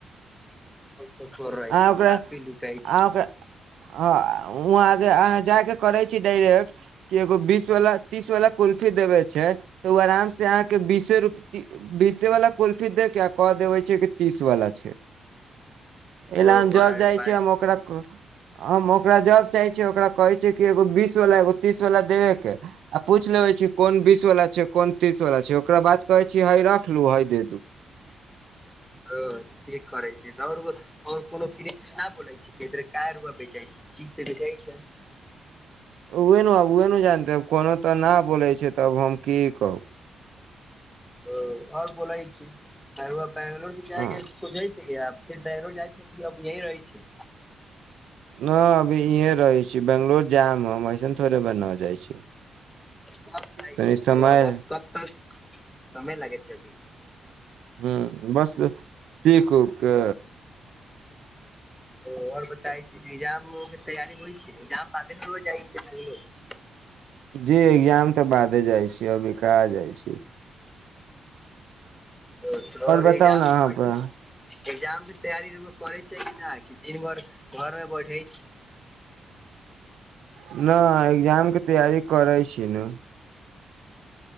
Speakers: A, in the centre; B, on the right.
A: चोखोर रहे
B: अहाँ
A: छै
B: ओकरा
A: कापी लुटे
B: अहाँ
A: छै
B: ओकरा हँ वहाँके अहाँ जायके करै छी डायरेक्ट की एगो बीस वाला तीस वाला कुल्फी देवे छै तऽ उ आराम से अहाँ के बीसे रूप ती बीसे वाला कुल्फी दे केऽ आ कहऽ देबै छै की तीस वाला छै एहि
A: ओ
B: लऽ हम
A: बड़ा
B: जब जाइ
A: बाज
B: छियै हम ओकरा कह हम ओकरा जब चाहै छियै ओकरा कहै छैयै कि एगो बीसवला एगो तीसवला देबेकेँ आ पूछि लेबे छी कोन बीस वला छै कोन तीस वालला छै ओकरा बाद कहे छी है रख लू है दे दू
A: ओ ठीक करै छै <unintelligible> आओर कोनो क बोलै छै इधर कु बेच छै ठीक से बेचा छै
B: ओह न आब ओह नू जानतै कोनो तऽ नऽ बोलै छै तब हम की कहू
A: ओ आओर बोलै छी तऽ रौआ बैंगलोर भी जाके
B: हँ
A: सोझै छै कि आब फिर बेंगलोर जाइ छिये अब यही रहै छी
B: न अभी इहे रहै छी बंगलोर जायब हम ऐसन थोड़े बा न जाइ छी
A: कब जाइ
B: तनी
A: छै
B: समय
A: कब अब कब तक समय लागै छै अभी
B: हूँ बस सीख उख के
A: आओर बताय छी एग्जाम के तैयारी होइ छै एग्जाम बादे नू रैआ जाइ छै बैंगलोर
B: जी एग्जाम तऽ बादे जाइ छी अभी कहाँ जाइ छी
A: औ और
B: बताउ
A: ईगजाम
B: न अहाँ
A: कैसन
B: प
A: एग्जाम के तैयारी रौआ करै छै कि ना कि दिन भर घर मे बैठे छै
B: न एग्जामके तैयारी करै छी नू